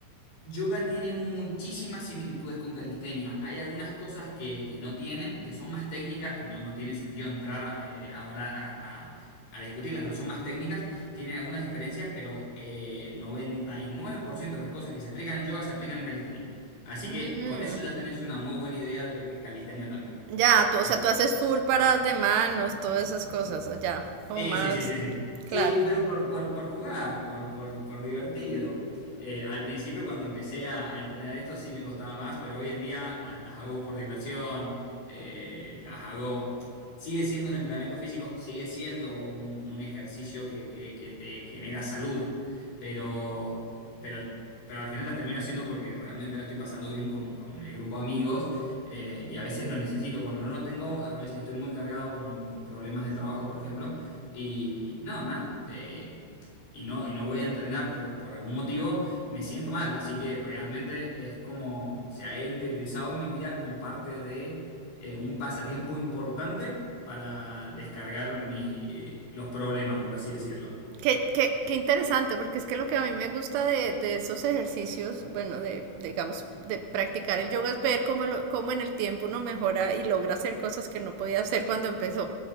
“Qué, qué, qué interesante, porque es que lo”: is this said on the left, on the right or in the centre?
Right